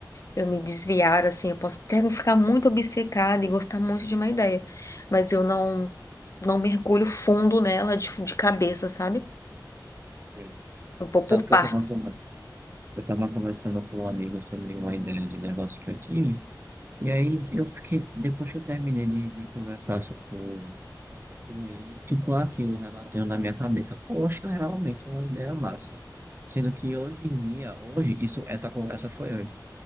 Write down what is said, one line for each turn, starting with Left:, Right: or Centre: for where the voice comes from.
Left: eu me desviar assim, eu posso até ficar muito obcecada e gostar muito de uma ideia, mas eu não não mergulho fundo nela de, de cabeça, sabe?
Right: Sim.
Left: Eu vou por
Right: Tanto
Left: partes.
Right: que eu estava eu tava conversando com um amigo sobre uma ideia de negócio que eu tinha, e aí eu fiquei, depois que eu terminei de, de conversar so- com, com ele, ficou aquilo rebatendo na minha cabeça. Poxa, realmente uma ideia massa. Sendo que hoje em dia, hoje, isso, essa conversa foi hoje.